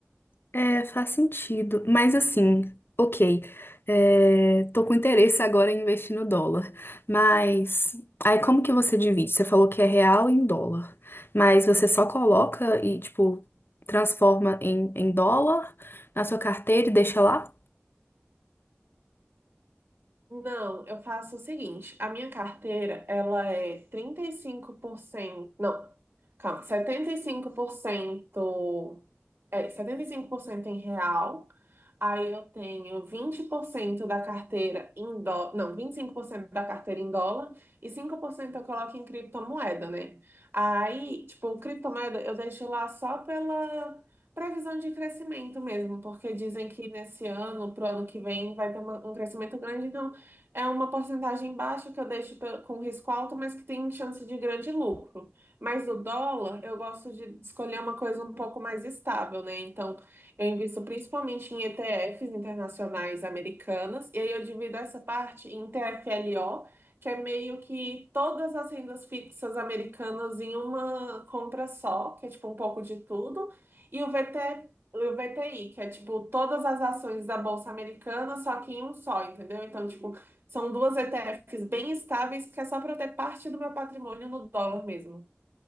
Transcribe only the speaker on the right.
Não, eu faço o seguinte, a minha carteira, ela é 35% não, calma, 75% é, 75% em real, Aí eu tenho 20% da carteira em dólar, não, 25% da carteira em dólar e 5% eu coloco em criptomoeda, né? Aí, tipo, criptomoeda eu deixo lá só pela previsão de crescimento mesmo, porque dizem que nesse ano, pro ano que vem, vai ter uma- um crescimento grande, então é uma porcentagem baixa que eu deixo pe- com risco alto, mas que tem chance de grande lucro. Mas o dólar, eu gosto de escolher uma coisa um pouco mais estável, né? Então, eu invisto principalmente em ETFs internacionais americanas, e aí eu divido essa parte em TFLO, que é meio que todas as rendas fixas americanas em uma compra só, que é tipo um pouco de tudo, e o VT, o VTI, que é tipo todas as ações da Bolsa Americana, só que em um só, entendeu? Então, tipo, são duas ETFs bem estáveis, que é só para eu ter parte do meu patrimônio no dólar mesmo.